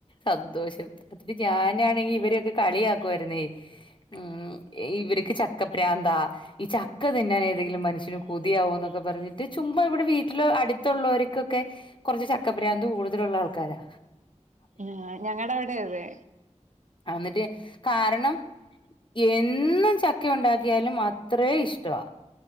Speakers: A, on the left (about 40°); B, on the right (about 85°).
A: സന്തോഷം <unintelligible> ഞാൻ പിന്നാണെങ്കിൽ ഇവരൊക്കെ കളിയാക്കുവായിരുന്നേ ഉം ഇവരിക്ക് ചക്ക പ്രാന്താ ഈ ച ക്ക തിന്നാൻ ഏതെങ്കിലും മനുഷ്യന് കൊ തിയാവോന്നൊക്കെ പറഞ്ഞിട്ട് ചുമ്മാ ഇവിടെ വീട്ടില് അടുത്തുള്ളവർക്കൊക്കെ കുറച്ച് ചക്കപ്രാന്ത് കൂടുതലുള്ള ആൾക്കാരാ.
B: ആ ഞങ്ങളടെ ഇവിടെയതെ.
A: ആന്നിട്ട് കാരണം എ എന്നും ചക്ക ഉണ്ടാക്കിയാലും അത്രേ ഇഷ്ടമാ.